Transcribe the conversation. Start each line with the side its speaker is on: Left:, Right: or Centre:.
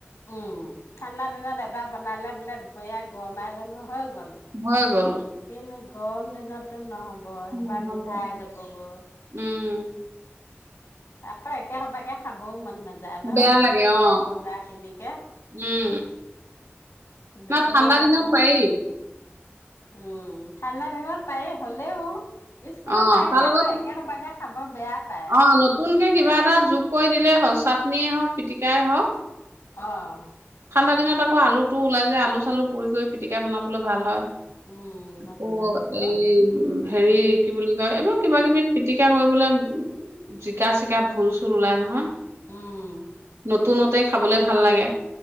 Left: উম, ঠাণ্ডা দিনত এবাৰ বনালে বোলে দুপৰীয়া গৰমাই ল'লো হয় গ'ল।
Right: হৈ গ'ল।
Left: কিন্তু গৰম দিনতো নহ <unintelligible> সেইসোপা
Right: নহ'লে
Left: গোন্ধাই যাবগৈ।
Right: উম
Left: আকৌ একে সপাকে খাব মন নাযায় নহ,
Right: বেয়া লাগে
Left: ৰাতিপুৱাই
Right: অ
Left: বনোৱাখিনিকে।
Right: উম
Left: দুপৰীয়া
Right: ন ঠাণ্ডা দিনত
Left: আকৌ
Right: পাৰি
Left: উম, ঠাণ্ডা দিনত পাৰি হ'লেও স্কুলৰ
Right: অ
Left: পৰা আহি
Right: তাৰ লগত
Left: আকৌ একে সপাকে খাব বেয়া পায় আৰু
Right: অ', নতুনকে কিবা এটা যোগ কৰি দিলে হ'ল, চাট টনিয়ে হওঁক, পিটিকাই হওঁক।
Left: অ'।
Right: ঠাণ্ডা দিনত আকৌ আলুটো ওলাই যে, আলু চালু পুৰি কৰি পিটিকা বনাবলৈ ভাল হয়।
Left: উম
Right: <unintelligible>
Left: নতুন আলুটো
Right: এই, উম। হেৰি, কি বুলি কয়, এইবোৰ কিবা কিবি পিটিকা কৰিবলৈ জিকা-চিকা, ভুল-চুল ওলাই নহয়।
Left: উম।
Right: নতুনতে খাবলে ভাল লাগে।